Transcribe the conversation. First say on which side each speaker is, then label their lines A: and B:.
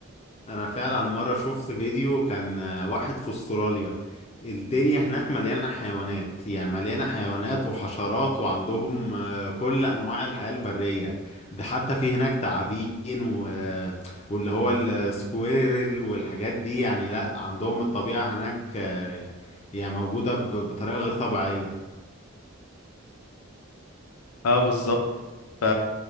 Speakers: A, on the left; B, on the left.
A: انا فعلا مره شفت فيديو كان آه، واحد في استراليا الدنيا هناك مليانه حيوانات يعني مليانه حيوانات وحشرات وعندهم آه، كل انواع الحياه البريه ده حتى في هناك تعابين و... آه، واللي هو السكويرل والحاجات دي يعني لا عندهم الطبيعه هناك آه، يعني موجوده ب- بطريقه غير طبيعيه
B: اه بالظبط ف